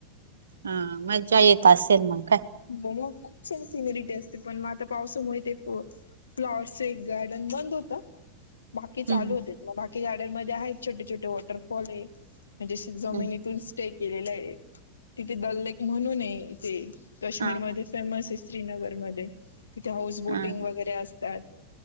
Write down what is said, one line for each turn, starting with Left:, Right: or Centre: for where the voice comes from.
Right: हा मज्जा येत असेल मग काय?
Left: हो मग खूप छान सिनेरीटी असते पण मग आता पावसामुळे ते पो फ्लॉवर्स एक गार्डन बंद होत. बाकी
Right: हं
Left: चालू
Right: हं
Left: होते. मग बाकी गार्डनमध्ये आहेत छोटे छोटे वॉटरफॉल आहे. म्हणजे असे जमिनीतून
Right: हं
Left: स्टे केलेल आहे. तिथे दल लेक म्हणून आहे ते काश्मीरमध्ये
Right: हा हा
Left: फेमस आहे, श्रीनगरमध्ये तिथे हाऊस बोटिंग
Right: हा ना.
Left: वगैरे असतात.